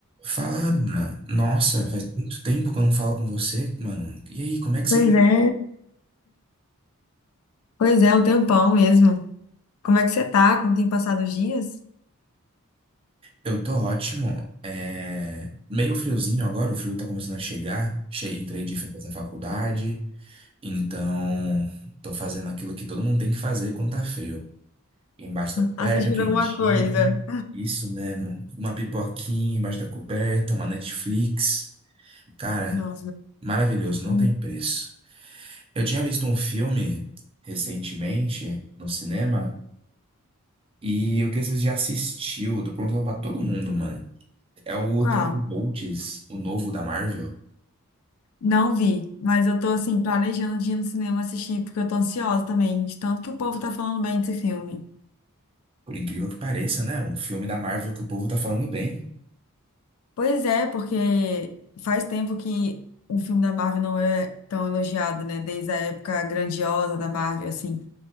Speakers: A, on the right (about 25°); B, on the left (about 70°).
A: Fala, Ana. Nossa, faz muito tempo que eu não falo com você, mano. E aí, como é que
B: Pois
A: você.
B: é, pois é, um tempão mesmo. Como é que você tá? Como tem passado os dias?
A: Eu tô ótimo. É... Meio friozinho agora, o frio tá começando a chegar. Che... Entrei de férias da faculdade, então tô fazendo aquilo que todo mundo tem que fazer quando tá frio. Embaixo da coberta,
B: Assistindo
A: quentinho.
B: alguma coisa?
A: Isso mesmo. Uma pipoquinha embaixo da coberta, uma Netflix. Cara,
B: Nossa, mas-
A: maravilhoso, não
B: hum,
A: tem preço. Eu tinha visto um filme recentemente no cinema. E eu queria saber se já assistiu. Eu tô perguntando pra todo mundo, mano. É o
B: qual?
A: Thunderbolts, o novo da Marvel.
B: Não vi, mas eu tô assim, planejando de ir no cinema assistir, porque eu tô ansiosa também, de tanto que o povo tá falando bem desse filme.
A: Por incrível que pareça, né? Um filme da Marvel que o povo tá falando bem.
B: Pois é, porque faz tempo que o filme da Marvel não é tão elogiado, né? Desde a época grandiosa da Marvel, assim.